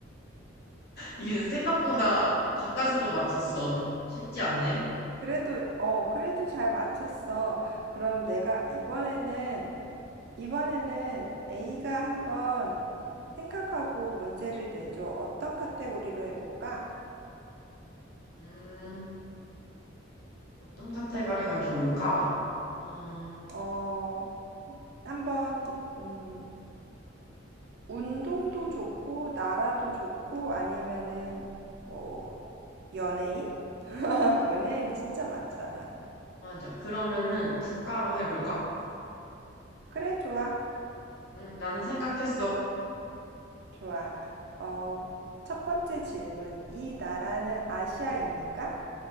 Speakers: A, on the left; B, on the right.
A: 이게 생각보다 가까스로 맞췄어. 쉽지 않네.
B: 그래도, 어, 그래도 잘 맞췄어. 그럼 내가 이번에는, 이번에는 A가 한번 생각하고 문제를 내줘. 어떤 카테고리로 해볼까?
A: 음, 어떤 카테고리가
B: 어떤 카테고리가,
A: 좋을까? 어,
B: 어, 한번, 음, 운동도 좋고, 나라도 좋고, 아니면은 뭐 연예인? <laughs> 연예인 진짜 많잖아.
A: 맞아. 그러면은 국가로 해볼까?
B: 그래, 좋아.
A: 음, 나는 생각했어.
B: 좋아. 어, 첫 번째 질문. 이 나라는 아시아입니까?